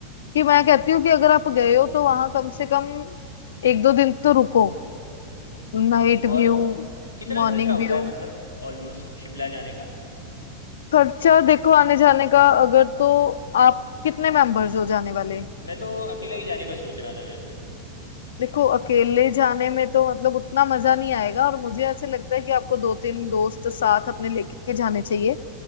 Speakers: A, on the left (about 60°); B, on the left (about 85°).
A: कि मैं कहती हूँ कि अगर आप गए हो तो वहां कम से कम एक दो दिन तो रुको
B: हम्म
A: Night
B: और
A: view
B: कितना
A: morning
B: खर्चा होता
A: view
B: है मतलब ऑलमोस्ट शिमला जाने का
A: खर्चा देखो आने जाने का अगर तो आप कितने मेंबर्स हो जाने वाले
B: मैं तो अकेला ही जाने का सोच रहा था वैसे
A: देखो अकेले जाने में तो मतलब उतना मजा नहीं आएगा और मुझे ऐसे लगता है कि आपको दो तीन दोस्त साथ अपने लेके जाने चाहिए